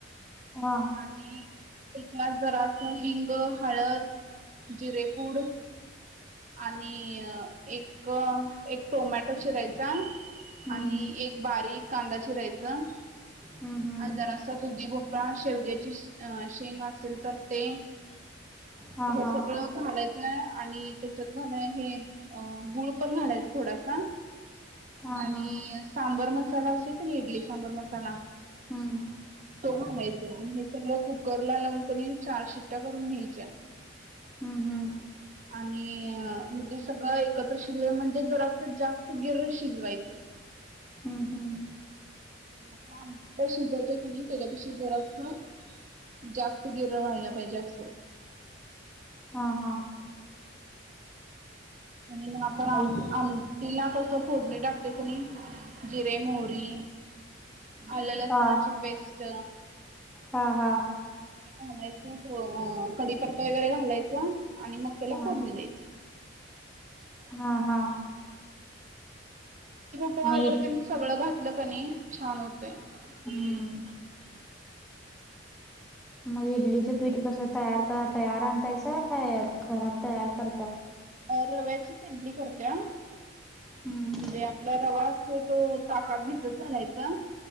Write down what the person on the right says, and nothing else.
आणि त्याच्यात जरासं हिंग, हळद, जिरेपूड आणि एक एक टोमॅटो चिरायचा
आणि एक बारीक कांदा चिरायचं.
आणि जरासं दुधी भोपळा, शेवग्याची शेंग असेल तर ते
हे
सगळं घालायचं आणि त्याच्यात घालाय हे गुळ पण घालायचं थोडासा
आणि
सांबर मसाला असतोय कनी इडली सांबर मसाला
तो घालायचं आणि हे सगळं कुकरला लावून कणी चार शिट्ट्या करून घ्यायच्या.
आणि मग ते सगळं एकत्र शिजले म्हणजे जरासं जास्त गिर शिजवायचं
आपण आमटीला शिजवतोय कनी त्याच्यापेक्षा जरासं जास्त गिर व्हायला पाहिजे असं
आणि म आपण
आम टीला कसं फोडणी टाकतोय कनी जिरे, मोहरी, आलं लसणाची
पेस्ट
घालायचं अं कडीपत्ता वगैरे घालायचं आणि मग त्याला
फोडणी द्यायची
गोप
वगैरे
त्यांनी सगळं घातलं कनी छान होतंय. <inaudible>
अं रव्याचीचं इडली करत्या म्हणजे
आपला रवा तो जो ताकात भिजत घालायचा